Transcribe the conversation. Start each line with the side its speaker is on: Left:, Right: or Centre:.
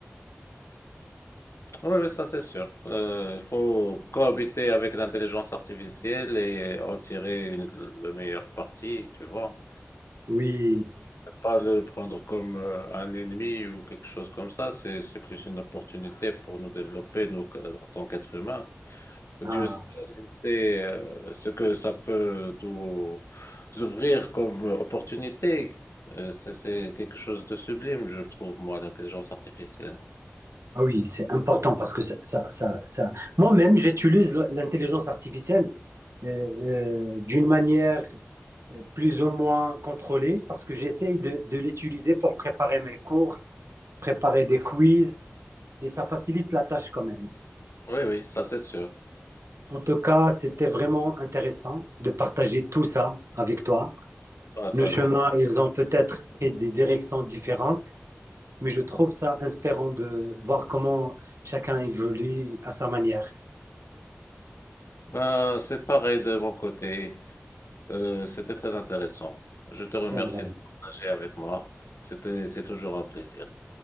Left: Oui, oui, ça c'est sûr. Euh, il faut cohabiter avec l'intelligence artificielle et en tirer une- le meilleur parti, tu vois.
Right: Oui.
Left: Pas le prendre comme euh, un ennemi ou quelque chose comme ça, c'est c'est plus une opportunité pour nous développer, nous, euh, en tant qu'êtres humains. Dieu
Right: Ah.
Left: sait sait, euh, ce que ça peut nous ouvrir comme opportunité. Euh, c'est c'est quelque chose de sublime, je trouve, moi, l'intelligence artificielle.
Right: Ah oui, c'est important parce que ça, ça, ça, ça- Moi-même, j'utilise l- l'intelligence artificielle euh, euh, d'une manière euh, plus ou moins contrôlée parce que j'essaye de, de l'utiliser pour préparer mes cours, préparer des quiz et ça facilite la tâche quand même.
Left: Oui, oui, ça c'est sûr.
Right: En tout cas, c'était vraiment intéressant de partager tout ça avec toi.
Left: Ah, ça,
Right: Nos chemins, ils ont peut-être pris des directions différentes, mais je trouve ça inspirant de voir comment chacun évolue à sa manière.
Left: Ben, c'est pareil de mon côté. Euh, c'était très intéressant. Je te remercie
Right: C'est vrai.
Left: de partager avec moi. C'était, c'est toujours un plaisir.